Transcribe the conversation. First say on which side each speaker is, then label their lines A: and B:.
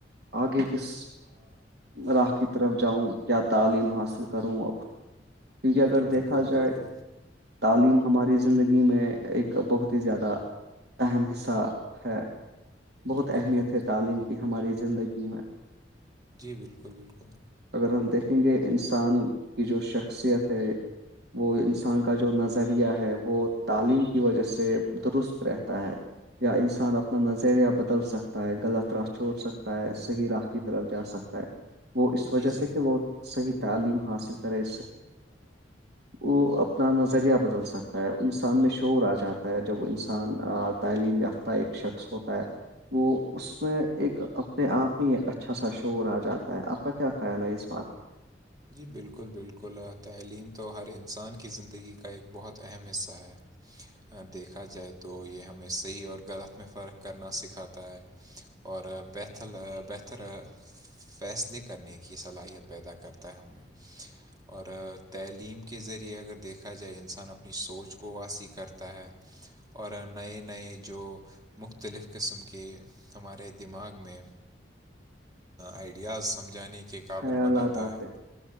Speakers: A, on the right; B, on the right.
A: آگے کس علاق کی طرف جاؤں کیا تعلیم حاصل کروں اب کیونکہ اگر
B: جی
A: دیکھا
B: بالکل
A: جائے
B: بالکل
A: تعلیم ہماری زندگی میں ایک بہت ہی زیادہ اہم حصہ ہے بہت
B: جی بالکل
A: اہمیت ہے تعلیم کی ہماری زندگی میں
B: جی بالکل بالکل
A: اگر ہم دیکھیں گے انسان کی جو شخصیت ہے وہ انسان کا جو نظریہ ہے وہ تعلیم کی وجہ سے درست رہتا ہے یا انسان اپنا نظریہ بدل سکتا ہے غلط راہ چھوڑ سکتا ہے صحیح راہ کی طرف جا سکتا ہے وہ اس وجہ
B: جی جی
A: سے کہ وہ صحیح تعلیم حاصل کرے وہ اپنا نظریہ بدل سکتا ہے انسان میں شور آ جاتا جب وہ انسان تعلیم یافتہ ایک شخص ہوتا ہے وہ اس میں ایک اپنے آپ میں ایک اچھا سا شور آ جاتا ہے آپ کا کیا خیال ہے اس بات پ
B: جی بالکل بالکل تعلیم تو ہر انسان کی زندگی کا ایک بہت اہم حصہ ہے دیکھا جائے تو یہ ہمیں صحیح اور غلط میں فرق کرنا سکھاتا ہے اور بیتل بہتر فیصلے کرنے کی صلاحیت پیدا کرتا ہے ہمیں اور تعلیم کے ذریعے اگر دیکھا جائے انسان اپنی سوچ کو واسی کرتا ہے اور نئے نئے جو مختلف قسم کے ہمارے دماغ میں آئیڈیاز سمجھانے کے قابل
A: خیالات
B: بناتا
A: آتے
B: ہے
A: ہیں۔